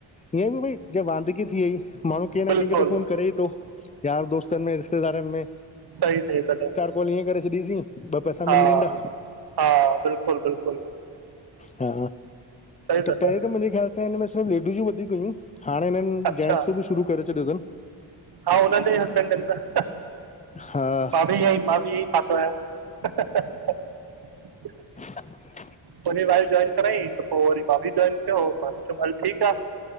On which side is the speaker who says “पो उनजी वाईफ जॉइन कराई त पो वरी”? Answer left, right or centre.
Right